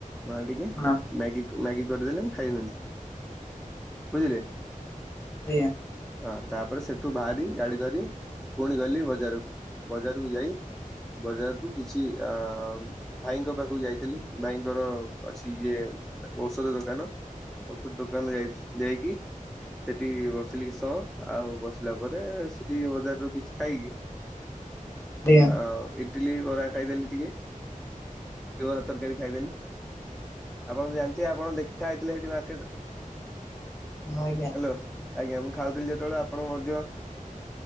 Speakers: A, in the centre; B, on the left (about 20°).
A: ମା ଟିକେ
B: ହଁ ଆଜ୍ଞା
A: ମ୍ୟାଗି-ମ୍ୟାଗି କରିଦେଲେ ମୁଁ ଖାଇନେଲି ବୁଝିଲେ।
B: ଆଜ୍ଞା।
A: ହଁ ତାପରେ ସେଠୁ ବାହାରି ଗାଡି ଧରି ପୁଣି ଗଲି ବଜାରକୁ। ବଜାରକୁ ଯାଇ ବଜାର ରୁ କିଛି ଅ ଭାଇଙ୍କ ପାଖକୁ ଯାଇଥିଲି ଭାଇଙ୍କର ଅଛି ଇଏ ଔଷଧ ଦୋକାନ ଔଷଧ ଦୋକାନ ଯାଇ ଯାଇକି ସେଠି ବସିଲି କିଛି ସମୟ ଆଉ ବସିଲା ପରେ ସେଠି ବଜାରରୁ କିଛି ଖାଇକି
B: ଆଜ୍ଞା
A: ଆଉ ଇଟିଲି ବରା ଖାଇଦେଲି ଟିକେ, ଇଟିଲି ବରା ତରକାରୀ ଖାଇଦେଲି। ଆପଣ ତ ଜାଣିଥିବେ ଆପଣ ଦେଖା ହେଇଥିଲେ ସେଠି ମାର୍କେଟରେ
B: ଆଜ୍ଞା ଆଜ୍ଞା
A: ହାଲୋ। ଆଜ୍ଞା ମୁଁ ଖାଉଥିଲି ଯେତେବେଳେ ଆପଣ ମଧ୍ୟ